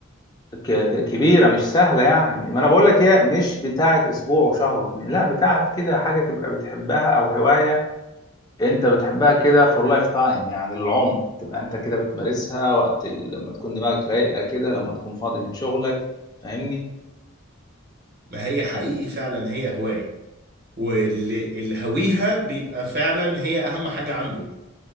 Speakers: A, on the left; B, on the right.
A: ك... ك- كبيرة مش سهلة يعني ما انا بقول لك هي مش بتاعت اسبوع وشهر واتنين لا بتاعت كده حاجة تبقى بتحبها او هواية انت بتحبها كده for life time يعني للعمر تبقى انت كده بتمارسها وقت ال... لما تكون دماغك رايقة كده لما تكون فاضي من شغلك فاهمني؟
B: ما هي حقيقي فعلا هي هواية واللي اللي هويها بيبقى فعلا هي اهم حاجة عنده يعني.